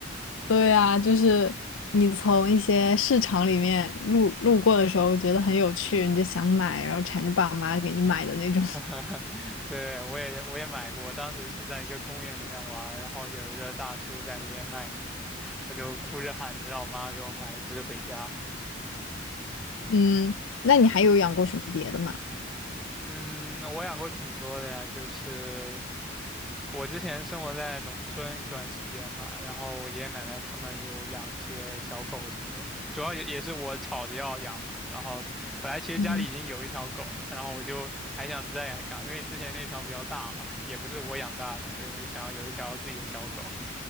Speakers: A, on the left; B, in the centre.
A: 对啊，就是你从一些市场里面路路过的时候，觉得很有趣，你就想买，然后缠着爸妈给你买的那种。<laughs>
B: <laughs> 对，我也我也买过，当时是在一个公园里面玩儿然后有一个大叔在那边卖那个，我就哭着喊着让我妈给我买一只回家。
A: 嗯，那你还有养过什么别的吗？
B: 嗯，我养过挺多的呀，就是我之前生活在农村一段时间嘛，然后我爷爷奶奶他们有养一些小狗什么的，主要也也是我吵着要养嘛。然后本来其实家里已经有一条狗了，
A: 嗯
B: 然后我就还想再养一条，因为之前那条比较大嘛，也不是我养大的，所以我就想要有一条自己的小狗。